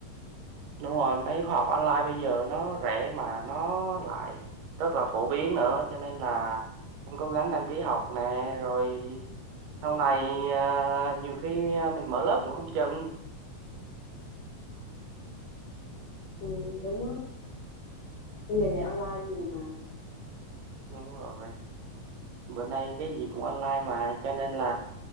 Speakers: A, on the right (about 80°); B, on the left (about 70°).
A: đúng rồi mấy khóa học online bây giờ nó rẻ mà nó lại rất là phổ biến nữa cho nên là em cố gắng đăng ký học nè rồi sau này à, nhiều khi à, mình mở lớp cũng không chừng
B: ừ, đúng á bây giờ dạy online nhiều mà
A: đúng rồi bữa nay cái gì cũng online mà cho nên là